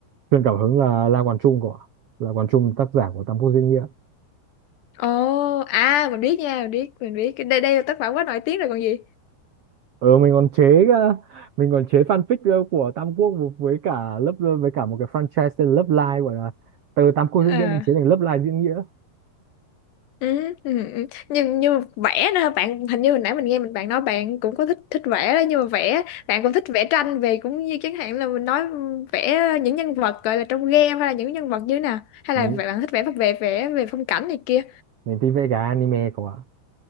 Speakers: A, on the right (about 80°); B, on the left (about 80°).
A: truyền cảm hứng là La Quán Trung của La Quán Trung tác giả của Tam Quốc Diễn Nghĩa
B: Ồ, à mình biết nha, mình biết, mình biết. Đây đây là tác phẩm quá nổi tiếng rồi còn gì.
A: ờ mình còn chế ờ, mình còn chế fanfic ờ, của Tam Quốc với cả lớp ờ, với cả một cái franchise tên Love Live gọi là từ Tam Quốc diễn
B: Ờ.
A: nghĩa mình chế thành Love Live diễn nghĩa
B: Ừ, ừ, ừ. như như vẽ nữa hả? bạn hình như hồi nãy mình nghe mình bạn nói bạn cũng có thích thích vẽ đó nhưng mà vẽ bạn cũng thích vẽ tranh về cũng như chẳng hạn là mình nói ừ, vẽ những nhân vật gọi là trong game hay là những nhân vật như thế nào hay
A: mình
B: là bạn thích vẽ về vẽ về phong cảnh này kia
A: mình thích vẽ cái anime của ạ